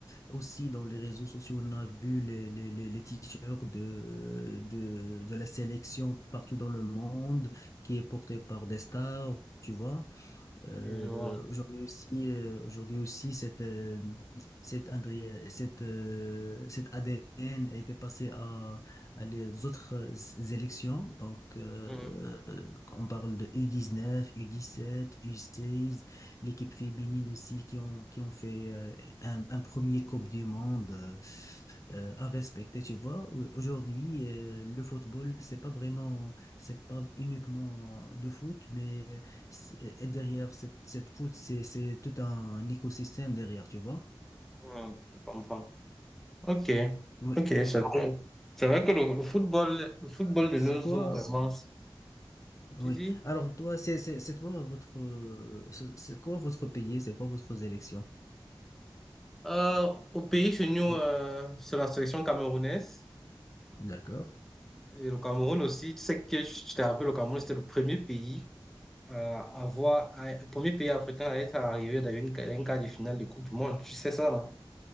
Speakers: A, on the left (about 40°); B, in the centre.
A: Aussi, dans les réseaux sociaux, on a vu les, les, les, les t-shirts de, de, de la sélection partout dans le monde qui est porté par des stars, tu vois. Euh,
B: Oui, je vois.
A: aujourd'hui aussi, euh, aujourd'hui aussi, cette, euh, cette, Andrea- cette, euh, cette ADN a été passée à, à les autres euh, élections. Donc, euh,
B: Mhm.
A: on parle de U19, U17, U16, l'équipe féminine aussi qui ont, qui ont fait euh, un, un premier Coupe du Monde. euh, euh, à respecter, tu vois. Au- Aujourd'hui, euh, le football, c'est pas vraiment, c'est pas uniquement de foot, mais c'est- derrière cette, cette foot, c'est, c'est tout un écosystème derrière, tu vois.
B: Mhm, Je comprends. Ok,
A: Oui.
B: ok, c'est vrai c'est vrai que le, le football, le football
A: Euh,
B: de
A: C'est
B: nos
A: quoi?
B: jours, vraiment,
A: Oui.
B: tu dis,
A: Alors, toi, c'est, c'est, c'est toi, votre, euh, c'est c'est quoi votre pays? C'est quoi votre élection?
B: euh, au pays chez nous,
A: Vo-
B: euh, sur la sélection camerounaise,
A: D'accord.
B: Et le Cameroun aussi, tu sais que je te rappelle, le Cameroun, c'était le premier pays à avoir, à- le premier pays africain à être arrivé dans une, dans une quart de finale de Coupe du Monde. Tu sais ça, non?